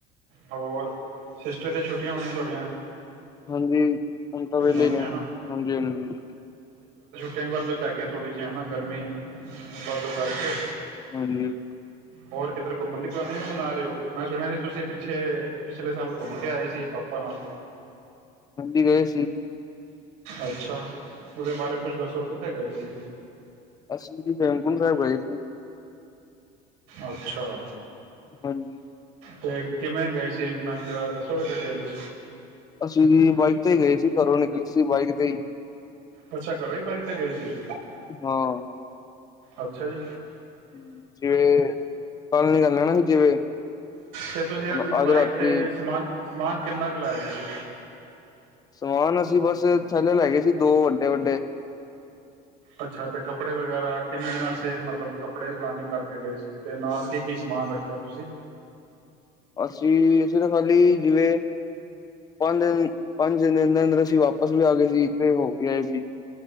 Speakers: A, on the right; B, on the left.
A: ਹੋਰ ਸਿਸਟਰ ਤੇ ਛੁੱਟੀਆਂ ਹੋਣੀਆਂ ਤੁਆਡੀਆਂ।
B: ਹਾਂਜੀ ਹੁਣ ਤਾਂ ਵਹਲੇ
A: ਹੋਣੀਆਂ
B: ਨੇ।
A: ਹੈ ਨਾ
B: ਹਾਂਜੀ -ਹਾਂਜੀ
A: ਕਈ ਵਾਰ ਤੇ ਪੈ ਗੀਆਂ ਥੋੜ੍ਹੀ ਏਨਾ ਗਰਮੀ ਵੱਧ ਤੋਂ ਕਰਕੇ
B: ਹਾਂਜੀ
A: ਹੋਰ ਕਿੱਧਰ ਘੁੰਮਣ ਦੀ ਪਲਾਨਿੰਗ ਵੀ ਬਣਾ ਰੇ ਓ। ਮੈਂ ਸੁਣਿਆ ਸੀ, ਤੁਸੀਂ ਪਿੱਛੇ ਪਿਛਲੇ ਸਾਲ ਘੁੰਮ ਕੇ ਆਏ ਸੀ ਪਾਪਾ ਨਾਲ-
B: ਹਾਂਜੀ ਗਏ ਸੀ।
A: ਅੱਛਾ ਉਦੇ ਬਾਰੇ ਕੁੱਝ ਦੱਸੋ ਕਿੱਥੇ ਗਏ ਸੀ?
B: ਅਸੀ ਵੀ ਹੇਮਕੁੰਟ- ਸਏਬ ਗਏ ਸੀ।
A: ਅੱਛਾ
B: ਹਾਂਜੀ
A: ਤੇ ਕਿਵੇਂ ਗਏ ਸੀ? ਮੈਨੂੰ ਜਰਾ ਦੱਸੋਗੇ ਡਿਟੇਲ'ਚ।
B: ਅਸੀਂ ਵੀ ਬਾਈਕ ਤੇ ਗਏ ਸੀ। ਘਰੋਂ ਨਿਕਲੇ ਸੀ ਬਾਈਕ ਤੇ ਈ-
A: ਅੱਛਾ ਘਰੋ ਈ ਬਾਈਕ ਤੇ ਗਏ ਸੀ।
B: ਹਾਂ
A: ਅੱਛਾ ਜੀ
B: ਹੂ ਜੇ ਕੱਲ ਨਿਕਲਨਾ ਜਿਵੇਂ-
A: ਤੇ ਤੁਸੀਂ ਉਰ
B: ਹੁਣ ਅੱਜ
A: ਬਾਈਕ
B: ਰਾਤੀ
A: ਤੇ ਸਮਾਨ ਸਮਾਨ ਕਿੰਨਾ ਕਾ ਲੈ ਗਏ ਸੀ।
B: ਸਮਾਨ ਅਸੀਂ ਬਸ ਥੈਲੇ ਲੈ ਗਏ ਸੀ ਦੋ ਵੱਡੇ -ਵੱਡੇ।
A: ਅੱਛਾ ਤੇ ਕੱਪੜੇ ਵਗੈਰਾ ਕਿੰਨੇ ਦਿਨਾਂ ਅਸਤੇ ਮਤਲਬ ਕੱਪੜੇ ਪਲਾਨਿੰਗ ਕਰਕੇ ਗਏ ਸੀ। ਤੇ ਨਾਲ ਕੀ ਕੀ- ਸਮਾਨ ਰੱਖਿਆ ਤੁਸੀਂ।
B: ਅਸੀਂ ਅਸੀਂ ਤਾਂ ਖਾਲੀ ਜਿਵੇਂ ਪੰਜ ਦਿਨ -ਪੰਜ ਦਿਨ ਦੇ ਅੰਦਰ -ਅੰਦਰ ਅਸੀਂ ਵਾਪਿਸ ਵੀ ਆ ਗਏ ਸੀ ਹੋ ਕੇ ਆਏ ਸੀ।